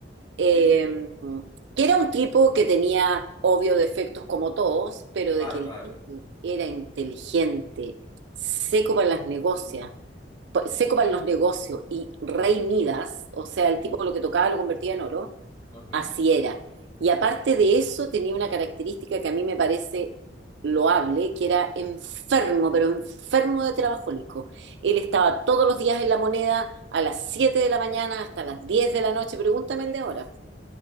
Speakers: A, on the right (about 70°); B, on the left (about 25°).
A: eh,
B: Sí, sí,
A: que era un tipo que tenía obvio defectos como todos, pero
B: claro,
A: de que el
B: claro.
A: tipo era inteligente, seco para las negocias, pa- seco para los negocios y rey Midas, o sea, el tipo lo que tocaba lo convertía en oro,
B: Ok.
A: así era. Y aparte de eso tenía una característica que a mí me parece loable, que era enfermo, pero enfermo de trabajólico. Él estaba todos los días en la moneda a las 7 de la mañana hasta las 10 de la noche, pregúntame el de ahora.